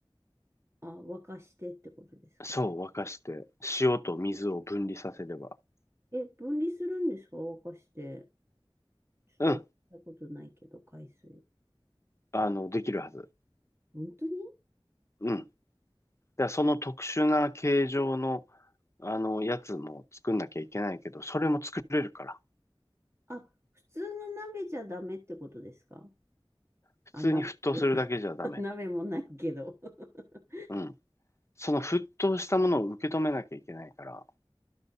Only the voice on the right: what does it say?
あ、沸かしてってことですか
え、分離するんですか沸かして。ちょっと沸かしたことないけど、
海水。
本当に
あ、普通の鍋じゃダメってことですか
あ、鍋っていうか <laughs> 鍋もないけど <laughs>